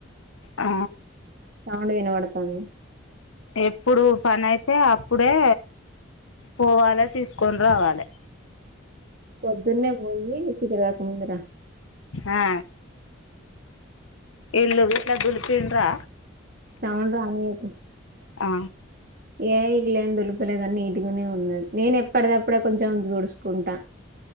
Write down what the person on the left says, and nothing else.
ఆ
ఎప్పుడు పని ఐతే అప్పుడే పోవాలే తీస్కొన్ రావాలే
ఆ ఇల్లు గిట్లా దులిపింన్రా
హా